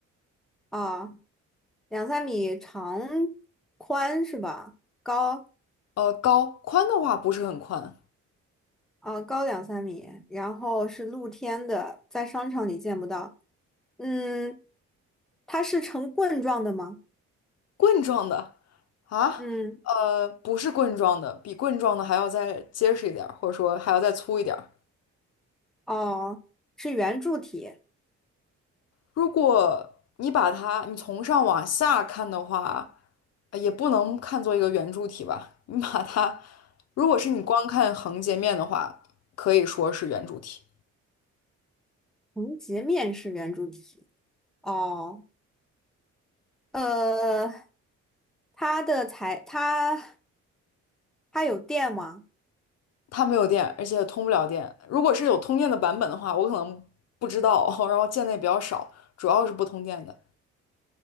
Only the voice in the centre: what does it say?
啊，两三米长宽是吧？高。
呃，高两三米，然后是露天的，在商场里见不到。嗯，它是呈棍状的吗？
嗯，
哦，是圆柱体，
横截面是圆柱体。哦，呃，它的材，它它有电吗？